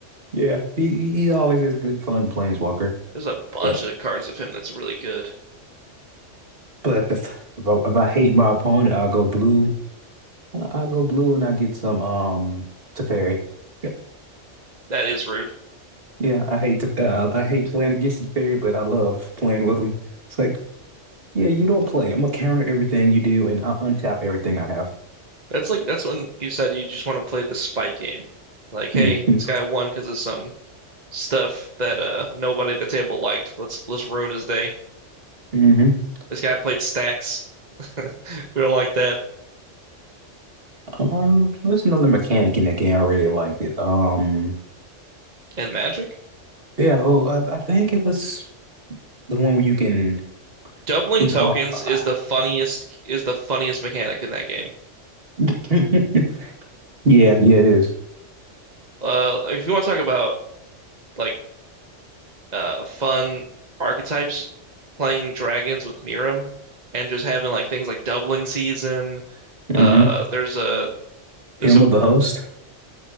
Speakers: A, on the right; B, on the right.
A: Yeah, he he he always has good fun Planeswalker.
B: There's a bunch
A: But
B: of cards of him that's really good.
A: but if if I, if I hate my opponent, I'll go blue. I'll go blue and I get some um Teferi. <laughs>
B: That is rude.
A: Yeah, I hate to uh, I hate playing against Teferi, but I love playing with him. It's like Yeah, you don't play. I'm gonna counter everything you do and I'll untap everything I have.
B: That's like that's when you said you just want to play the spite game. Like, hey,
A: Mm-hmm.
B: this guy won because of some stuff that uh nobody at the table liked. Let's let's ruin his day.
A: <laughs>
B: This guy played stacks. <laughs> We don't like that.
A: Um, there's another mechanic in that game. I really liked it. Um,
B: And Magic?
A: yeah, oh, I, I think it was the one where you can
B: Doubling
A: evolve.
B: tokens is the funniest is the funniest mechanic in that game.
A: <laughs> Yeah, yeah, it is.
B: Uh, if you want to talk about like uh fun archetypes, playing dragons with Mirim, and just having like things like doubling season.
A: Mm-hmm.
B: Uh, there's a
A: Him
B: there's a
A: of the host.